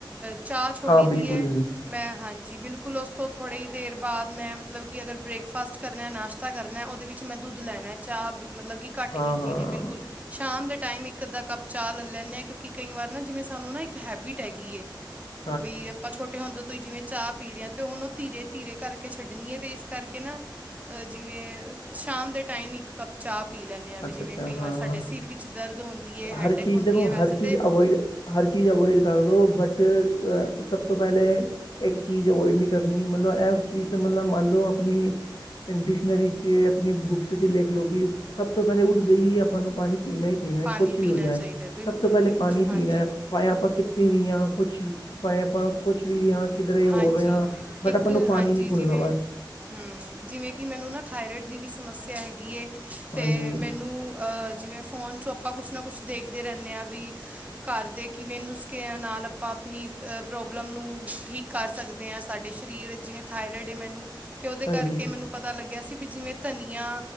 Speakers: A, on the right (about 20°); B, on the left (about 65°).
A: ਚਾਹ ਛੋੜੀ
B: ਹਾਂ ਬਿਲਕੁਲ
A: ਦੀ ਹੈ। ਮੈਂ ਹਾਂਜੀ ਬਿਲਕੁਲ ਉਸ ਤੋਂ ਥੋੜ੍ਹੀ ਹੀ ਦੇਰ ਬਾਅਦ ਮੈਂ ਮਤਲਬ ਕਿ ਅਗਰ ਬ੍ਰੇਕ ਬ੍ਰੈਕਫਾਸਟ ਕਰਨਾ ਨਾਸ਼ਤਾ ਕਰਨਾ ਉਹਦੇ ਵਿੱਚ ਮੈਂ ਦੁੱਧ ਲੈਣਾ ਚਾਹ ਮਤਲਬ ਕਿ ਘਟ
B: ਹਾਂ
A: ਕੀਤੀ
B: ਹਾਂ
A: ਹੈ ਬਿਲਕੁਲ। ਸ਼ਾਮ ਦੇ ਟਾਈਮ ਇੱਕ ਅੱਧਾ ਕੱਪ ਚਾਹ ਲੈ ਲੈਂਦੇ ਹਾਂ ਕਿਉਂਕਿ ਕਈ ਵਾਰ ਨਾ ਜਿਵੇਂ ਸਾਨੂੰ ਨਾ ਇੱਕ ਹੈਬਿਟ ਹੈਗੀ ਹੈ।
B: ਹ <unintelligible>
A: ਬਈ ਆਪਾਂ ਛੋਟੇ ਹੁੰਦ ਤੋਂ ਹੀ ਜਿਵੇਂ ਚਾਹ ਪੀ ਰਿ ਹਾਂ ਅਤੇ ਉਹ ਹੁਣ ਉਹ ਧੀਰੇ ਧੀਰੇ ਕਰਕੇ ਛੱਡਣੀ ਹੈ ਅਤੇ ਇਸ ਕਰਕੇ ਨਾ। ਜਿਵੇਂ ਸ਼ਾਮ ਦੇ ਟਾਈਮ ਇੱਕ ਕਪ ਚਾਹ ਪੀ ਲੈਣੇ ਹਾਂ ਵੀ
B: ਅੱਛਾ
A: ਜਿਵੇਂ
B: ਅੱਛਾ
A: ਕਈ
B: ਹਾਂ
A: ਵਾਰ ਸਾਡੇ
B: ਹਾਂ
A: ਸਿਰ ਵਿੱਚ ਦਰਦ ਹੁੰਦੀ ਹੈ ਹੈਡੇਕ
B: ਹਰ ਚੀਜ਼
A: ਹੁੰਦੀ
B: ਦੇਖੋ
A: ਹੈ
B: ਹਰ
A: ਵੈਸੇ
B: ਚੀਜ਼
A: ਤੇ।
B: ਅਵੋਇਡ ਹਰ ਚੀਜ਼ ਅਵੋਇਡ ਕਰ ਦਿਉ ਬਟ ਸਭ ਤੋਂ ਪਹਿਲੇ ਇੱਕ ਚੀਜ਼ ਅਵੋਇਡ ਨੱਹੀ ਕਰਨੀ ਮਤਲਬ ਇਹ ਚੀਜ਼ ਤੇ ਮਤਲਬ ਮੰਨ ਲਓ ਆਪਣੀ ਡਿਕਸ਼ਨਰੀ ਚ ਆਪਣੀ ਬੁੱਕਸ ਚ ਲਿਖ ਲਓ ਕਿ ਸਭ ਤੋਂ ਪਹਿਲੇ ਉੱਠਦੇ ਹੀ ਆਪਾਂ ਨੂੰ ਪਾਣੀ ਪੀਣਾ ਹੀ ਪੀਣਾ
A: ਪਾਣੀ
B: ਕੁਛ ਵੀ
A: ਪੀਣਾ
B: ਹੋ ਜਾਏ
A: ਚਾਹੀਦਾ ਬਿਲਕੁਲ-ਬਿਲਕੁਲ
B: ਸਭ ਤੋਂ ਪਹਿਲੇ ਪਾਣੀ ਪੀਣਾ।
A: ਹਾਂਜੀ।
B: ਭਾਵੇਂ ਆਪਾਂ ਕਿੱਥੇ ਵੀ ਹਾਂ ਕੁਛ ਭਾਏ ਆਪਾਂ ਕੁਛ ਵੀ ਹਾਂ ਕਿਧਰੇ ਹੋ
A: ਹਾਂਜੀ
B: ਰਹੇਹਾ ਬਟ
A: ਇੱਕ
B: ਆਪਾਂ ਨੂੰ ਪਾਣੀ
A: ਹਾਂਜੀ
B: ਨਹੀਂ ਭੁੱਲਣਾ
A: ਜਿਵੇਂ
B: ਬਸ।
A: ਹਮ ਜਿਵੇਂ ਕਿ ਮੈਨੂੰ ਨਾ ਥਾਯੋਰਾਇਡ ਦੀ ਵੀ ਸਮੱਸਿਆ ਹੈਗੀ ਹੈ
B: ਹਾਂਜੀ
A: ਤੇ ਮੈਨੂੰ। ਜਿਵੇਂ ਫ਼ੋਨ ਚੋਂ ਆਪਾਂ ਕੁਛ ਨਾ ਕੁਛ ਦੇਖਦੇ ਰਹਿੰਦੇ ਹਾਂ ਵੀ ਘਰ ਦੇ ਕਿਵੇਂ ਨੁਸਖਿਆਂ ਨਾਲ ਆਪਾਂ ਆਪਣੀ ਪ੍ਰੋਬਲਮ ਨੂੰ ਠੀਕ ਕਰ ਸਕਦੇ ਹਾਂ। ਸਾਡੇ ਸ਼ਰੀਰ ਜਿਵੇਂ ਥਾਇਰੋਇਡ ਹੈ ਮੈਨੂੰ ਤੇ ਉਹਦੇ
B: ਹਾਂਜੀ
A: ਕਰਕੇ ਮੈਨੂੰ ਪਤਾ ਲੱਗਿਆ ਸੀ ਵੀ ਜਿਵੇਂ ਧਨੀਆ